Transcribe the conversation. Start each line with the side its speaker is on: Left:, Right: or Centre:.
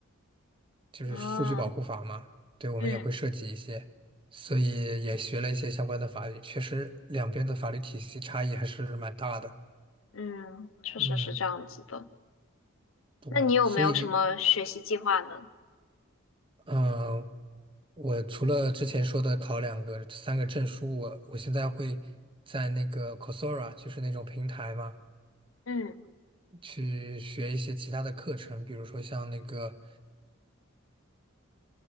Right: 就是数据保护法嘛，
Left: 啊。
Right: 对，我们也会涉及一些，
Left: 嗯
Right: 所以也学了一些相关的法律，确实两边的法律体系差异还是蛮大的。
Left: 嗯，确实是这样子的。
Right: 嗯。我所以，
Left: 那你有没有什么学习计划呢？
Right: 嗯、我除了之前说的考两个、三个证书，我我现在会在那个 Coursera，就是那种平台嘛，
Left: 嗯，
Right: 去学一些其他的课程，比如说像那个，